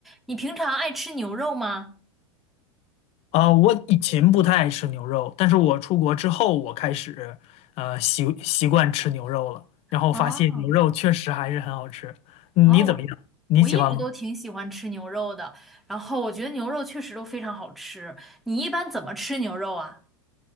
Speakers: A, in the centre; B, on the left.
A: 你平常爱吃牛肉吗？
B: 啊，我以前不太爱吃牛肉，但是我出国之后，我开始呃习习惯吃牛肉了，然后发现牛肉确实还是很好吃。
A: 啊，
B: 嗯你怎么样？
A: 啊，我我一直都挺喜欢吃牛肉的，
B: 你喜欢吗？
A: 然后我觉得牛肉确实都非常好吃。你一般怎么吃牛肉啊？